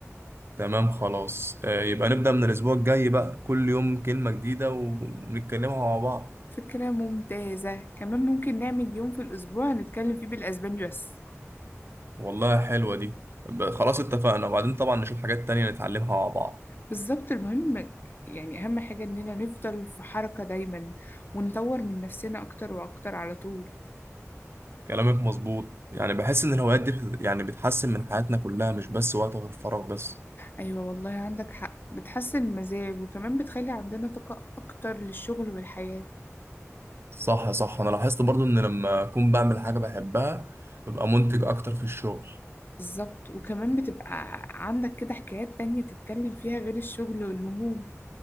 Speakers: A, on the right; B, on the left.
A: تمام خلاص آه يبقى نبدا من الاسبوع الجاي بقى كل يوم كلمه جديده ونتكلمها مع بعض
B: فكرة ممتازة كمان ممكن نعمل يوم في الأسبوع هنتكلم فيه بالأسباني بس
A: والله حلوه دي ب- خلاص اتفقنا وبعدين طبعا نشوف حاجات تانية نتعلمها مع بعض
B: بالظبط المهم يعني أهم حاجة إننا نفضل في حركة دايما ونطور من نفسنا أكتر وأكتر على طول
A: كلامك مظبوط يعني بحس ان الهوايات دي بت- يعني بتحسن من حياتنا كلها مش بس وقت الفراغ بس
B: أيوة والله عندك حق بتحسن المزاج وكمان بتخلي عندنا طاقة أكتر للشغل والحياة
A: صح صح انا لاحظت برضو ان لما اكون بعمل حاجة بحبها ببقى منتج اكتر في الشغل
B: بالظبط وكمان بتبقى عندك كده حكايات تانية تتكلم فيها غير الشغل والهموم